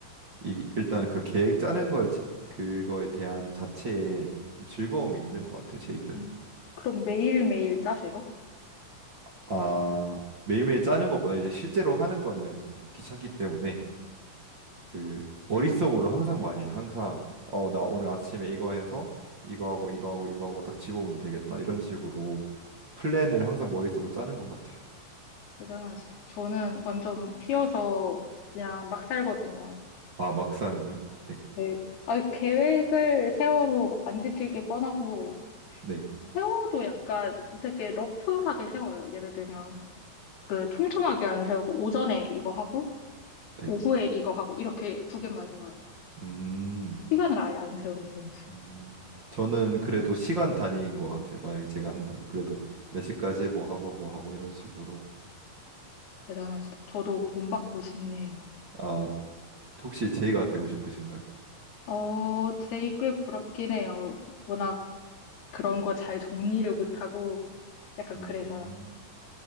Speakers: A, on the right; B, on the left.
A: 이, 일단 그 계획 짜는 거에 자- 그거에 대한 자체에 좀 즐거움이 있는 것 같아요 제이들은
B: 음. 그럼 매일매일 짜세요?
A: 아 매일매일 짜는 것보다 이제 실제로 하는 거는 좀 귀찮기 때문에 그 머릿속으로 항상 많이 해요. 항상 어 나 오늘 아침에 이거 해서 이거 하고 이거 하고 이거 하고 딱 집어오면 되겠다 이런 식으로 플랜을 항상 머릿속으로 짜는 것 같아요
B: 대단하시다. 저는 완전 피어서 그냥 막 살거든요.
A: 아 막 사는 거예요? 네
B: 네. 아, 계획을 세워도 안 지킬 게 뻔하고,
A: 네,
B: 세워도 약간 되게 러프하게 세워요. 예를 들면, 그 촘촘하게 안 세우고, 오전에 이거 하고,
A: 네.
B: 오후에 이거 하고, 이렇게 두 개만 세워요.
A: 음
B: 시간을 아예 안 세운다든지.
A: 음, 저는 그래도 시간 단위인 것 같아요. 만약에 제가 한다면 그래도 몇 시까지 뭐 하고 뭐 하고 이런 식으로.
B: 대단하시다. 저도 본받고 싶네요.
A: 아, 혹시 제이가 되고 싶으신가요?
B: 어, 제이꽤 부럽긴 해요. 워낙 그런 거 잘 정리를 못하고, 약간
A: 음,
B: 그래서요.